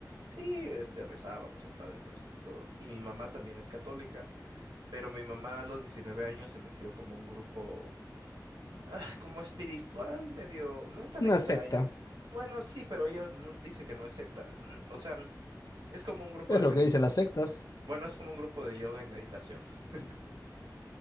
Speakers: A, on the right (about 85°); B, on the left (about 55°).
A: sí, este, rezábamos el Padre Nuestro y todo. Y mi mamá también es católica, pero mi mamá a los 19 años se metió como un grupo, ah, como espiritual, medio, no es tan
B: una
A: extraño.
B: secta.
A: Bueno, sí, pero ella no- dice que no es secta, n- o sea, es como un grupo
B: Es
A: de
B: lo que dicen las sectas.
A: bueno, es como un grupo de yoga y meditación. <laughs>
B: Mm,